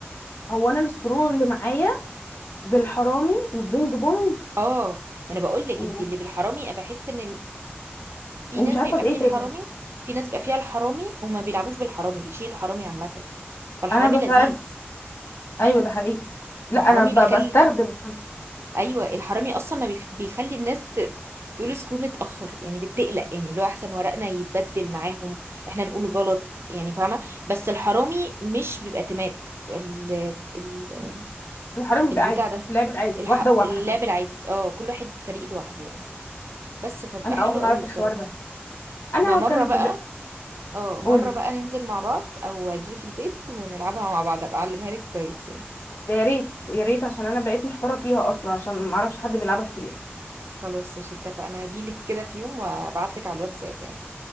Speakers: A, on the left (about 65°); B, on the right (about 75°).
A: هو انا السكرو اللي معايا بالحرامي والبينج بونج
B: اه ما أنا بقولك
A: و...
B: انتي اللي بالحرامي بحس إن في
A: ومش
B: ناس
A: عارفه
B: بيبقى
A: بايه
B: فيه الحرامي
A: تاني
B: في ناس بيبقى فيها الحرامي وما بيلعبوش بالحرامي بيشيلوا الحرامي عامة فالحرامي
A: انا بساعد
B: لذيذ
A: ايوه ده حقيقي لا
B: الحرامي
A: انا ب...
B: بيكل
A: بستخدم
B: ايوه الحرامي اصلا ما بيخ- بيخلي الناس ت- تقول سكرو متاخر يعني بتقلق يعني اللي هو احسن ورقنا يتبدل معاهم احنا نقول غلط يعني فاهمه بس الحرامي مش بيبقى تمات ال ال
A: الحرامي بيبقى
B: البتاع
A: عادي
B: ده
A: اللعب العادي
B: الح...
A: واحده وواحده
B: اللعب العادي اه كل واحد فريق لوحده يعني بس فبقى
A: انا
B: حلو
A: اول مره
B: قوي
A: اعرف
B: بصراحه
A: الحوار ده انا
B: ما مره
A: كان
B: بقى
A: في بق-
B: اه مره
A: قولي
B: بقى ننزل مع بعض او اجيلك البيت ونلعبها مع بعض ابقى اعلمها لك كويس يعني
A: ده يا ريت يا ريت عشان انا بقيت محتاره فيها اصلا عشان ما اعرفش حد بيلعبها كتير
B: خلاص مش اتفقنا هجيلك كده في يوم وابعتلك على الواتساب يعني